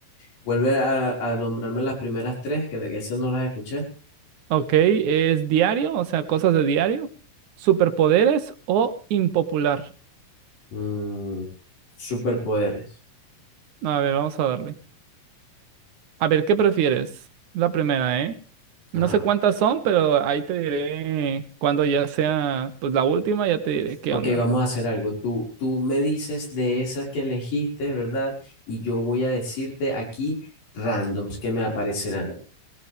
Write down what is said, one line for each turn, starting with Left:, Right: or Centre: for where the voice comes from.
Left: Vuelve a, a nombrarme las primeras tres, que, que esas no las escuché.
Right: Ok, ¿es diario? O sea, cosas de diario. ¿Superpoderes o impopular?
Left: Mm, superpoderes.
Right: A ver, vamos a darle. A ver, ¿qué prefieres? La primera, ¿eh? No
Left: Ajá.
Right: sé cuántas son, pero ahí te diré cuando ya sea, pues la última, ya te diré qué
Left: Ok,
Right: onda.
Left: vamos a hacer algo. Tú, tú me dices de esas que elegiste, ¿verdad? Y yo voy a decirte aquí randoms que me aparecerán.